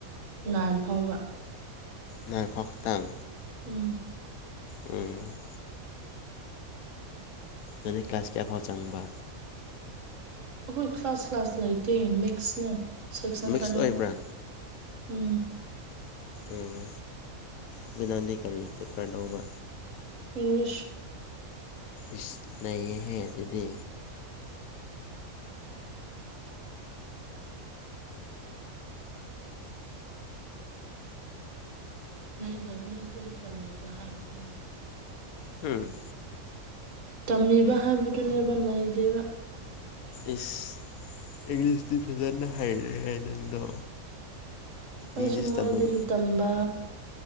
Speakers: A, on the right (about 60°); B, on the left (about 85°).
A: ꯅꯥꯏꯟ ꯐꯥꯎꯕ
B: ꯅꯥꯏꯟ ꯐꯥꯎ ꯈꯛꯇꯪ
A: ꯎꯝ
B: ꯎꯝ ꯅꯪꯅ ꯀ꯭ꯂꯥꯁ ꯀꯌꯥ ꯐꯥꯎ ꯆꯪꯕ
A: ꯑꯈꯣꯏ ꯀ꯭ꯂꯥꯁ ꯀ꯭ꯂꯥꯁ ꯂꯩꯇꯦ ꯃꯤꯛꯁꯅꯦ ꯁꯦꯛꯁꯟ
B: ꯃꯤꯛꯁ
A: ꯈꯥꯗꯣꯛꯕ
B: ꯑꯣꯏꯕ꯭ꯔꯥ
A: ꯎꯝ
B: ꯎꯝ ꯑꯗꯨ ꯅꯪꯗꯤ ꯀꯔꯤ ꯄꯦꯄ꯭ꯔ ꯂꯧꯕ
A: ꯏꯪꯂꯤꯁ
B: ꯏꯁ ꯅꯩꯌꯦꯍꯦ ꯑꯗꯨꯗꯤ
A: ꯅꯩꯗꯕꯅꯦ ꯑꯈꯣꯏꯁꯨ ꯇꯝꯃꯤꯕ ꯍꯥꯏꯕꯗꯨꯅꯦ
B: ꯍꯝ
A: ꯇꯝꯃꯤꯕ ꯍꯥꯏꯕꯗꯨꯅꯦꯕ ꯅꯩꯗꯦꯕ
B: ꯏꯁ ꯏꯪꯂꯤꯁꯇꯤ ꯐꯖꯟꯅ ꯍꯩꯔꯦꯍꯦ ꯅꯪꯗꯣ
A: ꯑꯩꯁꯨ
B: ꯏꯪꯂꯤꯁ
A: ꯃꯣꯏꯗꯒꯤ
B: ꯇꯝꯐꯝ
A: ꯇꯝꯕ